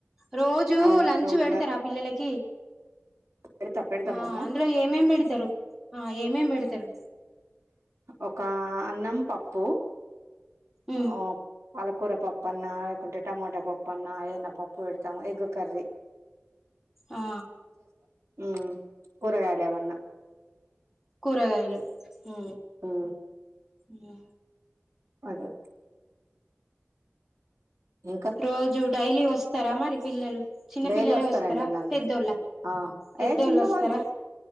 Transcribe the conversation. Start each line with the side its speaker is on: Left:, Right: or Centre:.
Centre: రోజు
Right: అవును
Centre: లంచ్
Right: రోజులా
Centre: పెడతార. ఆ పిల్లలకి
Right: పెడతా పెడతామమ్మ
Centre: ఆ అందులో ఏమేం పెడతారు ఆ ఏమేం పెడతారు.
Right: ఒక అన్నం పప్పు
Centre: ఉమ్
Right: ఆఓ పలకూర పాప్పన్న కుంటే టమోటా పప్పు అన్న ఏదన్నా పప్పు పెడతాము ఎగ్గు కర్రీ
Centre: ఆ
Right: ఉ కూరగాయాల ఏమన్న
Centre: కూరగాయలు హ్
Right: హ్
Centre: హ్
Right: అదే ఇంకా
Centre: రోజు డైలీ వోస్ స్తారా మరి పిల్లలు చిన్న
Right: డైలీ
Centre: పిల్లలే
Right: వస్తారండి
Centre: వోస్తారా
Right: నా
Centre: పెద్దోళ్ళ
Right: ఆ
Centre: పెద్దోళ్ళు
Right: ఏ చిన్న
Centre: ఆస్తారా
Right: వాళ్ళు